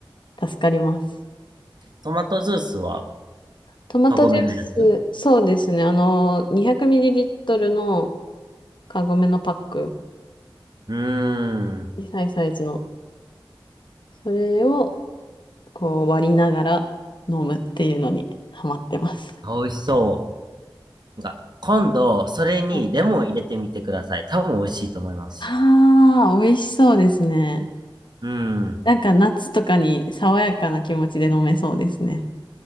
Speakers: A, on the left (about 65°); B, on the right (about 55°).
A: 助かります。
B: トマトジュースは、
A: トマトジュース、
B: カゴメのやつ
A: そうですね。あの、200ml のカゴメのパック、
B: うーん。
A: 小さいサイズの、それをこう割りながら飲むっていうのにハマってます。
B: 美味しそう。なんか、今度、それにレモン入れてみてください。
A: は
B: 多分美味しいと思います。
A: あー、美味しそうですね。
B: うん。
A: なんか夏とかに爽やかな気持ちで飲めそうですね。